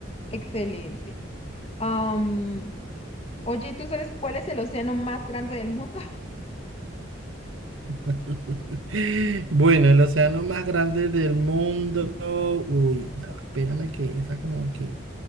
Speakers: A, on the left; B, on the right.
A: Excelente. Am, oye, ¿tú sabes cuál es el océano más grande del mundo? <laughs>
B: <laughs> Bueno, el océano más grande del mundo. Uy, ya, va, espérame que esa como que